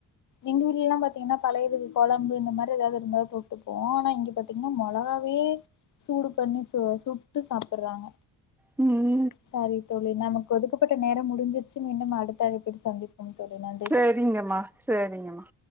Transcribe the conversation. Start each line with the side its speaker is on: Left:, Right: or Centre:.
Left: எங்க வீட்டுலல்லா பாத்தீங்கனா பழையது குழம்பு இந்த மாரி எதாவது இருந்தாலு தொட்டுப்போ ஆனா இங்க பாத்தீங் னா மொளகாவே சூடு பண்ணி சு சுட்டு சாப்புடுறாங்க
Centre: ம்
Left: சரி தோழி நமக் ஒதுக்கப்பட்ட நேரம் முடிஞ்சிச்சு மீண்டும் அடுத்த அழைப்பில் சந்திப் <unintelligible>
Centre: சரிங்கம்மா சரிங்கம்மா